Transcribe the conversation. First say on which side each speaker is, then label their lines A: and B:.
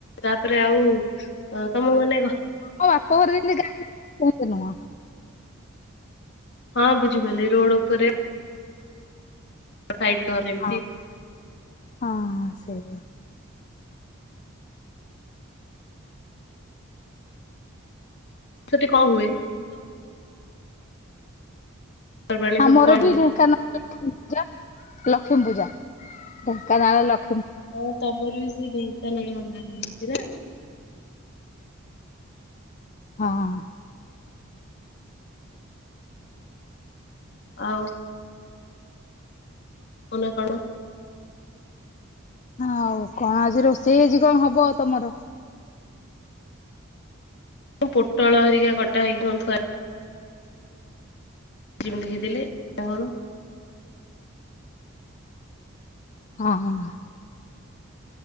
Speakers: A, on the left; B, on the left.
A: ତାପରେ ଆଉ ତମକୁ ମାନେ ଘ
B: ମୋ ବାପ ଘର ଯାଇଥିଲି ବହୁତ ଦିନ।
A: ହଁ ବୁଝିପାଇଲି ରୋଡ ଉପରେ ସାଇଟ ଘର ଯେମିତି।
B: ହଁ ହଁ ସେୟା।
A: ସେଠି କଣ ହୁଏ? ପର୍ବାଣୀ ସବୁ
B: ଆମର
A: କଣ
B: ଏଠି
A: ହୁଏ?
B: ଢେଙ୍କାନାଳ ପୂଜା ଲକ୍ଷ୍ମୀ ପୂଜା ଢେଙ୍କାନାଳ ଲକ୍
A: ଓତମର ବି ସେ ଢେଙ୍କାନାଳୀ ଅଣ୍ଡା ମିିସ୍ତ୍ରୀ ଟା।
B: ହଁ ହଁ ହଁ।
A: ଆଉ। ତମ ନା କଣ?
B: ଆଉ କଣ ଆଜି ରୋଷେଇ ହେଇଚି କଣ ହବ ତମର?
A: ପୋଟଳ ହରିକା କଟା ହେଇ କଣ ଥୁ ଜିମିତି ଦେଖିଦେଲି ଆଉ କଣ।
B: ହଁ ହଁ।